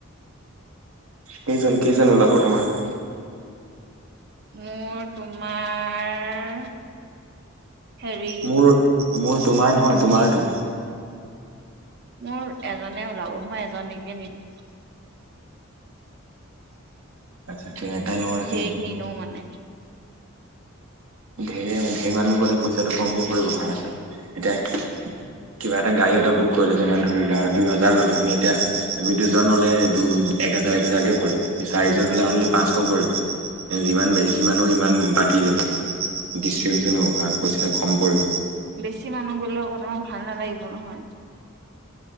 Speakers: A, on the right (about 80°); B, on the right (about 50°).
A: কেইজন কেইজন ওলাব তোমাৰ?
B: মোৰ তোমাৰ হেৰি
A: মোৰ মোৰ তোমাৰ নহয়, তোমাৰতো!
B: মোৰ এজনে ওলাব মই এজনীকে নিম।
A: আচ্ছা এটাই লগৰ আছে
B: ধেই
A: নেকি
B: নিনো মানে
A: ঢেৰ ঢেৰ মানুহ গ'লে পইচাটো কমকে কৰিব ভাড়া চাই, এতিয়া কি কিবা এটা গাড়ী এটা বুক কৰিলে যেনে ধৰি লোৱা আৰু দুই হাজাৰ ললে আমি এতিয়া তুমি দুজন হলে দু এক হেজাৰ এক হেজাৰকে পৰিব চাৰিজন হ'লে অনলি পাঁচশ পৰিব যিমান বেছি মানুোহ সিমান বাকি যাব ডিষ্টষ্ট্ৰিবউচন হ'ব আৰু পইচা কম পৰিব
B: বেছি মানুহ গলেও অকৌ তোমাৰ ভাল নালাগিব নহয়